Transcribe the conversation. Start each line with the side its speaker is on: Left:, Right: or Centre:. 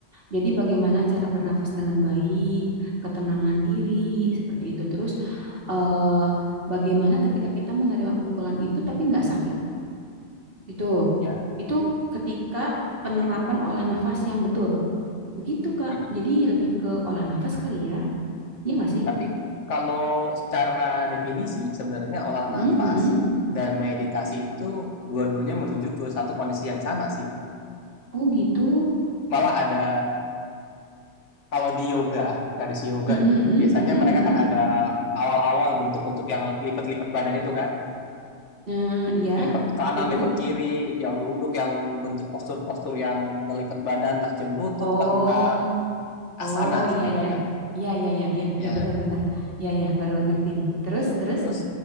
Right: Jadi bagaimana cara bernafas dengan baik, ketenangan diri, seperti itu. Terus eh, bagaimana ketika kita menerima pukulan itu tapi nggak sakit gitu.
Left: ya.
Right: Itu ketika penerapan olah nafas yang betul. Begitu, Kak.
Left: Hmm.
Right: Jadi lebih ke olah nafas kali ya. Iya nggak sih?
Left: Tapi kalau secara definisi sebenarnya olah
Right: Mm,
Left: nafas
Right: mm.
Left: dan meditasi itu dua-duanya menuju ke satu kondisi yang sama sih.
Right: Oh gitu.
Left: Malah ada kalau di yoga, tradisi yoga
Right: Mm, mm,
Left: nih,
Right: mm,
Left: biasanya
Right: mm,
Left: mereka
Right: mm, mm.
Left: kan ada awal-awal bentuk-bentuk yang lipat-lipat badan itu kan,
Right: Eh, ya,
Left: lipat kanan,
Right: duduk.
Left: lipat kiri, yang duduk, yang bentuk postur-postur yang ngelipat badan, entah jam lutut
Right: Oh,
Left: lah, entah
Right: Oh
Left: asana
Right: iya
Left: sebutnya
Right: iya.
Left: kan.
Right: Iya iya iya iya
Left: Ya
Right: iya benar benar. Iya iya baru ngerti nih. Terus terus.
Left: Terus